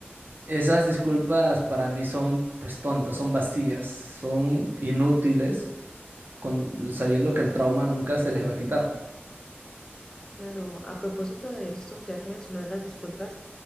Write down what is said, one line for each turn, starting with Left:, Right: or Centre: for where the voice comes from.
Right: esas disculpas para mí son pues tontas, son vacías, son inútiles, con, sabiendo que el trauma nunca se les va a quitar.
Left: Claro, a propósito de esto, ya que mencionas las disculpas,